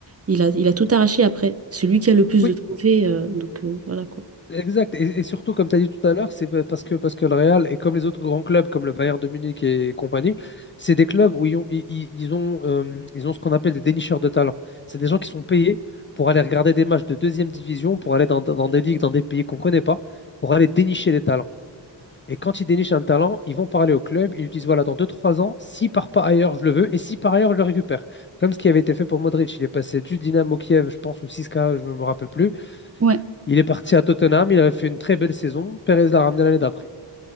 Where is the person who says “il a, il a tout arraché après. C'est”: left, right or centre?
Right